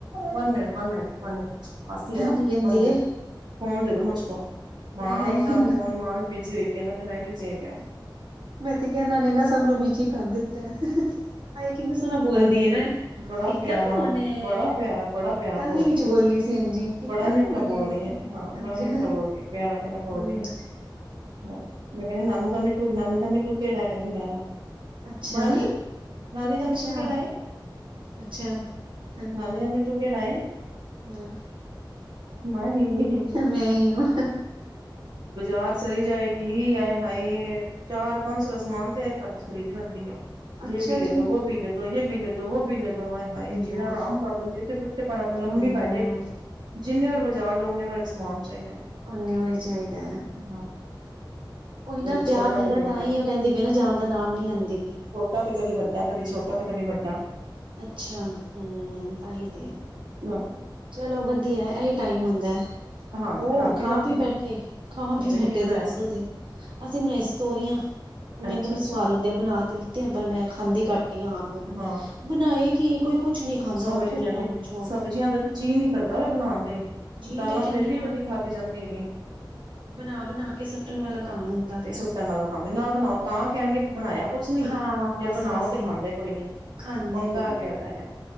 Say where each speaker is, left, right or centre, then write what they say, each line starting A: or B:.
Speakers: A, on the right; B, on the right.
A: one minute, one minute, one minute, ਮਾਸੀ ਏ ਨਾ,
B: ਕੀ ਕਹਿੰਦੀ
A: ਵਨ ਮਿੰਨਟ,
B: ਏ
A: ਫੋਨ ਦੇ ਦੋ ਮੁਝ ਕੋ। ਮਾਂ
B: ਹਾਏ ਹਾਏ
A: ਦਾ ਫੋਨ, ਮਾਂ ਵੀ ਬਿਜੀ ਹੋਈ ਪਈ ਏ ਨਾ, ਤੇ ਮੈਂ ਵੀ ਬਿਜੀ ਹੋਈ ਪਈ ਆ।
B: ਕਿਂਉਕਿ ਏਨਾਂ ਨੇ ਨਾ ਸਭ ਨੂੰ ਬੀਜੀ ਕਰ ਦਿੱਤਾ ਹਾਏ! ਕਿੰਨਾ ਸੋਣਾ ਬੋਲਦੀ।
A: ਯੇ
B: ਹੈ
A: ਦੇਖ,
B: ਨਾ
A: ਬੜਾ
B: ਕਿਤਕਾ
A: ਪਿਆਰਾ,
B: ਫੋਨ ਹੈ
A: ਬੜਾ ਪਿਆਰਾ, ਬੜਾ ਪਿਆਰਾ
B: ਕੱਲ
A: ਬੋਲਦੀ
B: ਵੀ ਵਿੱਚ
A: ਏ।
B: ਬੋਲੀ ਸੀ ਹਾਂਜੀ ਕਿਤਕਾ
A: ਬੜਾ ਈ ਮਿੱਠਾ
B: ਫੋਨ
A: ਬੋਲਦੀ
B: ਹੈ
A: ਏ ਹਾਂ,
B: ਅੱਛਾ
A: ਬੜਾ ਮਿੱਠਾ ਬੋਲਦੀ, ਪਿਆਰਾ-ਪਿਆਰਾ ਬੋਲਦੀ
B: ਹਮ
A: ਏ, ਹਾਂ। ਮੈਂ ਕੈਂਦੀ ਨਾਨੂ ਦਾ ਮਿੱਠੂ ਨਾਨੀ ਦਾ ਮਿੱਠੂ ਕੇੜਾ ਏ? ਕੈਂਦੀ, ਮੈਂ ਵਾਂ।
B: ਅੱਛਾ
A: ਮਾਹੀ, ਨਾਨੀ ਦਾ
B: ਅੱਛਾ,
A: ਮਿੱਠੂ ਕੇੜਾ ਏ?
B: ਅੱਛਾ, ਹੈ।
A: ਨਾਨੀ ਦਾ ਮਿੱਠੂ ਕੇੜਾ ਏ?
B: ਹੂੰ।
A: ਮਾਹੀ <unintelligible>
B: ਮੈਂ ਈ ਆਂ
A: ਬਜਾਰ ਚਲੀ ਜਾਏਗੀ, ਆਏ ਹਾਏ! ਚਾਰ-ਪੰਜ ਸੋ ਦਾ ਸਮਾਨ ਤੇ ਐ ਖਰਚ ਖਰੀਦ ਲੈਂਦੀ ਆ।
B: ਅੱਛਾ
A: ਯੇ ਬੀ ਲੇਦੋ,
B: ਜੀ।
A: ਵੋ ਬੀ ਲੇਦੋ। ਯੇ ਬੀ ਲੇਦੋ, ਵੋ ਬੀ ਲੇਦੋ। ਆਏ-ਹਾਏ! ਜੀਣਾ
B: ਦੋ
A: ਹਰਾਮ ਕਰ ਦਿੰਦੀਏ। ਓਥੇ ਪਿੱਟ ਪੈਣਾ, ਲੰਮੀ
B: ਹੂੰ,
A: ਪੈ ਜੇਗੀ। ਜਿੰਨੇ ਵਾਰੀ ਬਾਜਾਰ ਜਾਉ, ਉਂਂਨੇ ਵਾਰੀ ਸਮਾਨ ਚਾਈਦੈ।
B: ਓਨੇ ਵਾਰੀ ਚਾਈਦੈ।
A: <unintelligible>
B: ਓਈਂ ਨਾ
A: ਕਦੀ
B: ਪਿਆਰ
A: ਛੋਟਾ
B: ਮਿਲਦੈ,
A: ਕਦੀ ਵੱਡਾ।
B: ਤਾਂਈ ਓ ਕੈਂਦੀ ਪਈ ਏਨਾ ਜਾਨ ਦਾ ਨਾਮ ਨੀ ਲੈਂਦੀ ਪੀ।
A: ਐ, ਤੇ ਕਦੀ ਵੱਡਾ, ਕਦੀ ਛੋਟਾ, ਤੇ ਕਦੀ ਵੱਡਾ।
B: ਅੱਛਾ, ਹੂੰ ਤਾਂਈ ਤੇ।
A: ਨਾ
B: ਚਲੋ ਵਦੀਐ, ਐਈ ਟਾਈਮ ਹੁੰਦੈ।
A: ਹਾਂ
B: ਹੋਰ
A: ਬਣਾਤੀ
B: ਖਾਂ-ਪੀ
A: ਰੋਟੀ
B: ਬੈਠੇ, ਖਾਂ-ਪੀ
A: ਅੱਛਾ
B: ਬੈਠੇ
A: ਕੀ ਬਣਾਇਆ
B: ਸੀ ਕਦੋਂ ਦੇ। ਅਸੀ ਬਨਾਈ ਸੀ ਤੋਰੀਆਂ,
A: ਅੱਛਾ
B: ਮੈਨੂੰ ਨੀ
A: ਅੱਛਾ
B: ਸਵਾਦ ਲਗਦੀਆਂ ਬਣਾ ਤੇ ਲਿੱਤੀਆਂ, ਪਰ ਮੈਂ ਖਾਂਦੀ ਘੱਟ ਈਆ ਆਪ ਈ।
A: ਹਾਂ।
B: ਬਨਾਏ ਕੀ ਕੋਈ ਕੁਛ ਕੁਛ ਨੀ ਖਾਂਦਾ,
A: ਸਮਝ ਹੀ
B: ਕੁੱਛ
A: ਨਹੀਂ ਆਉਂਦੀ
B: ਨਾ ਪੁੱਛੋ।
A: ਸਬਜ਼ੀਆਂ ਦਾ ਜੀਅ ਨੀ ਕਰਦਾ ਬਨਾਨ 'ਤੇ,
B: ਜੀ
A: ਦਾਲਾਂ
B: ਮੈਂ ਕਹਿੰਦੀ
A: ਫੇਰ ਵੀ ਇੱਕ-ਅੱਧੀ ਖਾਧੀ ਜਾਂਦੀ ਹੈਗੀ ਏ।
B: ਬਨਾ-ਬਨਾ ਕੇ ਸੱਟਣ ਵਾਲਾ ਕੰਮ ਹੁੰਦੈ।
A: ਸੁੱਟਣ ਵਾਲਾ ਕੰਮ ਏ ਨਾ ਬਣਾਓ ਤਾਂ ਕਹਿਣਗੇ, ਬਣਾਇਆ ਕੁਛ ਨੀ,
B: ਹਾਂ
A: ਜੇ
B: ਬਸ
A: ਬਣਾਓ,
B: ਬਸ
A: ਤੇ
B: ਇਹੀ
A: ਖਾਂਦੇ ਕੋਈ ਨੀ।
B: ਖਾਂਦੇ
A: ਪੰਗਾ
B: ਕੋਈ ਨੀ
A: ਪਿਐ ਦਾ ਹੈਗਾ?